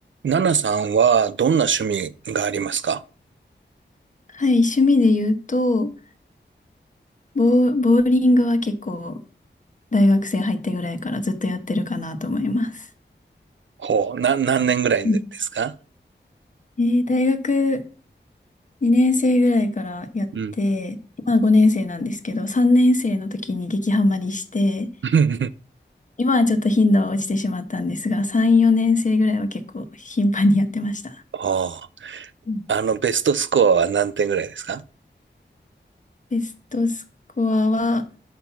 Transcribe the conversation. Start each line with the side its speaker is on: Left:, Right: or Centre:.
Right: ナナさんはどんな趣味がありますか
Left: はい、趣味で言うと、ボーボーリングは結構大学生入ってぐらいからずっとやってるかなと思います。
Right: ほう、な、何年ぐらいですか
Left: うんえー大学2年生ぐらいからやって、
Right: うん。
Left: 今5年生なんですけど、3年生の時に激ハマりして、
Right: <laughs>
Left: 今はちょっと頻度は落ちてしまったんですが、3、4年生ぐらいは結構頻繁にやってました。
Right: あ
Left: うん
Right: ああの、ベストスコアは何点ぐらいですか
Left: ベストスコアは